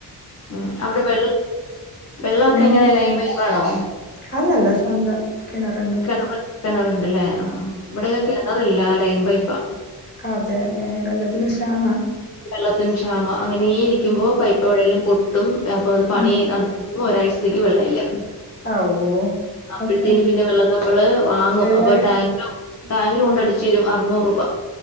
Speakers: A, on the left; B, on the left.
A: ഉം അവിടെ വെള് വെള്ളോക്കെ
B: ഉം
A: എങ്ങനെയാ ലൈൻപൈപ്പാണോ
B: അല്ലല്ല സ്വന്തം കിണറ്ണ്ട്
A: കെണറ് കെണറ്ണ്ടല്ലേ ആ ഇവിടൊക്കെ കെണറില്ല ലൈൽ പൈപ്പാ
B: അതെ ഏ വെള്ളത്തിന് ക്ഷാമ
A: വെള്ളത്തിന് ക്ഷാമ അങ്ങനേയിരിക്കുമ്പോ
B: ഉം
A: പൈപ്പെവിടെലും പൊട്ടും അപ്പൊ അത് പണി
B: ഉം
A: നടത്തു മ്പൊ ഒരാഴ്ചത്തേക്ക് വെള്ള ഇല്ല
B: ആഹ് ഓഹ്
A: അപ്പഴത്തേന്
B: അതെ
A: പിന്നെ വെള്ള നമ്മള് വാങ്ങും
B: എല്ലാ
A: അപ്പൊ ടാങ്ക ടാങ്കില് കൊണ്ടടിച്ചരും അറുന്നൂറൂപ